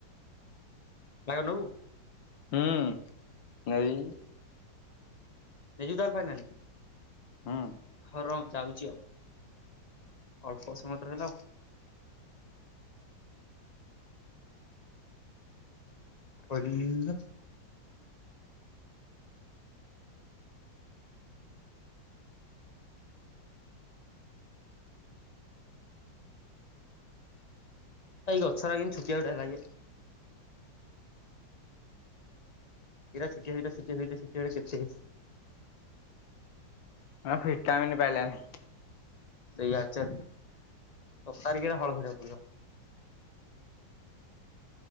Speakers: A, on the left (about 70°); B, on the left (about 80°).
A: ଭାଗ ନବୁ।
B: ହୁଁ ନେବି।
A: ନେଇଯିବି ତାହେଲେ ଫାଇନାଲ
B: ହୁଁ
A: ହଉ ର ଯାଉଛି ଆଉ। ଅଳ୍ପ ସମୟତ ରହିଲା ଆଉ। <unintelligible> ଏଇ ଗଛରା କିନ୍ଦି ଛୋଟିଆ ଛୋଟିଆ ହେଲା ଗି। ଏରା ଛୁଟିଆ ଛୁଟିଆ <unintelligible> କେତେ ହେଇଛି
B: ହଁ ଭିଟାମିନ୍ ପାଇଲାନି।
A: ସେଇଆ ଚାଲି ଅପାରୀକିନା ହଳ ଧରିବାକୁ ପଡିବ।